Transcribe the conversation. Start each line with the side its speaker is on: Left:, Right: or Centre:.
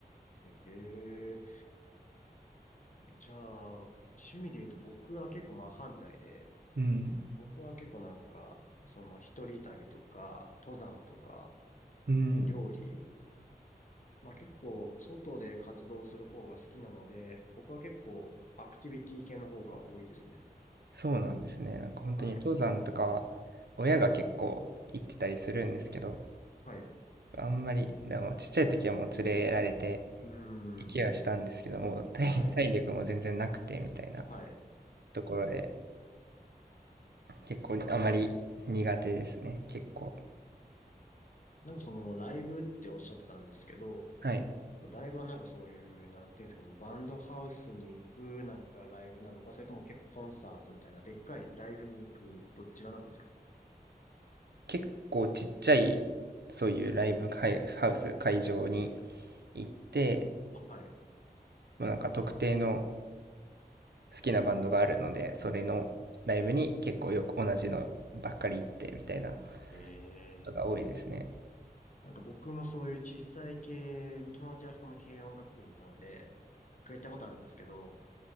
Left: ええじゃあ、趣味で言うと僕は結構真反対で、
Right: うん。
Left: 僕は結構なんか、その一人旅とか、登山とか、
Right: うん。
Left: 料理、まあ結構外で活動する方が好きなので、僕は結構アクティビティ系の方が多いですね。
Right: そうなんですね。なんか本当に登山とかは
Left: はい。
Right: 親が結構行ってたりするんですけど、
Left: はい。
Right: あんまり、でもちっちゃい時はもう連れられて
Left: うー
Right: 行きはしたんですけども、
Left: ん。
Right: 体、
Left: はい。
Right: 体力も全然なくてみたいな
Left: はい。
Right: ところで、結構あまり苦手ですね。結構。
Left: なんかそのライブっておっしゃってたんですけど、
Right: はい。
Left: ライブはなんかそういう、なんていうんですかね、バンドハウスに行くなんかライブなのか、それとも結構コンサートみたいな、でっかいライブに行く、どちらなんですか
Right: 結構ちっちゃい、そういうライブ会ハウス、会場に行って、
Left: はい。
Right: もうなんか特定の好きなバンドがあるので、それのライブに結構よく同じのばっかり行ってみたいな
Left: ええ
Right: ことが多いですね。
Left: なんか僕もそういう小さい系の、友達がその軽音楽部にいたので、一回行ったことあるんですけど、